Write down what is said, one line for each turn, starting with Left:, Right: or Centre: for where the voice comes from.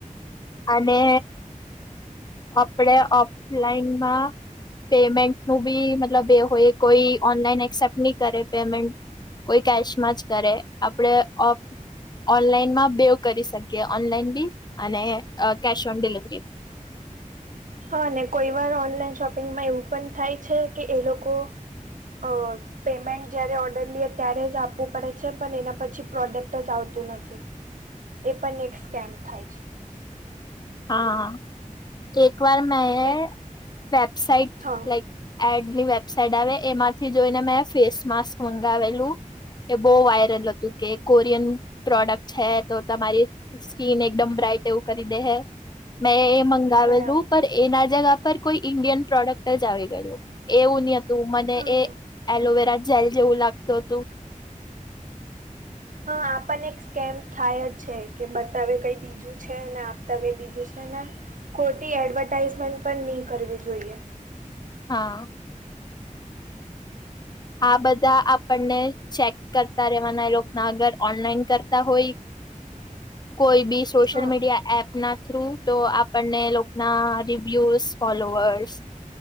Left: અને અપડે ઓફલાઈનમાં પેમેન્ટ નું બી મતલબ એ હોય, કોઈ ઓનલાઈન એક્સેપ્ટ ની કરે પેમેન્ટ. કોઈ કેશમાં જ કરે, આપડે ઓફ ઓનલાઈન માં બેઉ કરી શકીએ, ઓનલાઈન બી અને અ કેશ ઓન ડિલિવરી બી.
Right: હા, અને કોઈ વાર ઓનલાઈન શોપિંગમાં એવું પણ થાય છે, કે એ લોકો અ પેમેન્ટ જય્યારે ઓર્ડર લીએ ત્યારે જ આપવું પડે છે, પણ એના પછી પ્રોડક્ટ જ આવતું નથી. એ પણ એક સ્કેમ્ થાય છે.
Left: હા, એક વાર મેં
Right: ને
Left: વેબસાઇટ
Right: હા
Left: લાઈક એડની વેબસાઈટ આવે, એમાંથી જોઈને મેં ફેસ માસ્ક મંગાવેલું. એ બહુ વાયરલ હતું, કે કોરિયન પ્રોડક્ટ છે, તો તમારી સ્કીન એકદમ બ્રાઈટ એવું કરી દે હે મેં એ મંગાવેલું
Right: બરાબર
Left: પર એના જગા પર કોઈ ઈન્ડિયન પ્રોડક્ટ જ આવી ગયું એવું ની હતું મને
Right: હા
Left: એ એલોવેરા જેલ જેવું લાગતું હતું.
Right: હા આપણ એક સ્કેમ થાય જ છે કે બતાવે કઈ બી જું છે ને આપતા કે બીજું છે ને ખોટી એડવર્ટાાઈઝમેન્ટ પણ નહીં કરવી જોઈએ.
Left: હા. આ બધા આપણને ચેક કરતા રેવાના એ લોકો ના અગર ઓનલાઈન કરતા હોય.
Right: <inaudible>
Left: કોઈ બી સોશિયલ
Right: હા
Left: મીડિયા એપ ના થ્રુ તો આપણને લોકો ના રિવ્યુઝ ફોલોવર્સ